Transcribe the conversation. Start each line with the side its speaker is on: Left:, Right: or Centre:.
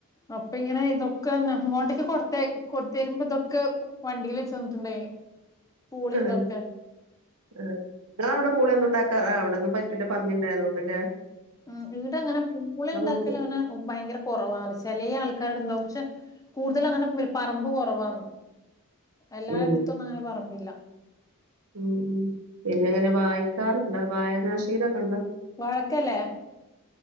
Left: അപ്പൊ ഇങ്ങനെ ഇതൊക്കെ ഇങ്ങോട്ടേക്ക് കൊടുത്ത കൊ തെരുമ്പോ ഇതൊക്കെ വണ്ടിൽ വെച്ച് തന്നിട്ടുണ്ടായിന് പൂളി
Right: ഉം
Left: ഇതൊക്കെ
Right: ആഹ് ഇങ്ങളവിടെ പൂളൊന്നും ഇണ്ടാക്കാൻ ആഹ് അവിടൊന്നും പറ്റൂല പന്നി ഇണ്ടായതോണ്ട്ല്ലേ
Left: ആഹ് ഈടെ അങ്ങനെ പൂള ഇണ്ടാക്കലങ്ങനെ
Right: വേണ്ടിയത്
Left: ഭയങ്കര കൊറവാണ് ചെലെ ആൾക്കാരെടെണ്ടാവും പക്ഷെ കൂടുതൽ അങ്ങനെ പറമ്പ് കൊറവാന്ന് എല്ലാരെടുത്തൊന്നും
Right: ഉം
Left: അങ്ങനെ പറമ്പില്ല
Right: ഉം ഉം പിന്നെ എങ്ങനെ വായിക്കാറുണ്ടോ വായനാശീലൊക്കെ ഇണ്ടോ
Left: വാഴക്കല്ലേ